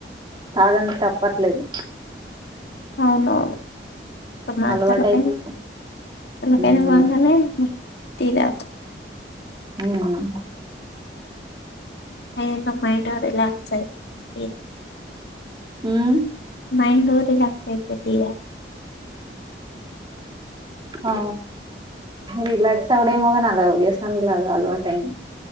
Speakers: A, on the right (about 25°); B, on the left (about 75°).
A: తాగన్ తప్పట్లేదు
B: అవును మాతరికే
A: అలవాటు అయిపోయింది
B: ఈడకేని
A: ఉమ్
B: పొంగనే టీ తాగుతాం
A: ఉమ్
B: అయిందా మైండ్ రిలాక్స్ అయిత ఫ్రీ గా
A: ఉమ్
B: మైండు రిలాక్స్ అయిపోద్దిగా
A: ఆ రిలాక్స్ అవ్వుడేమో గానీ అదో <unintelligible> లాగ అలవాటు అయింది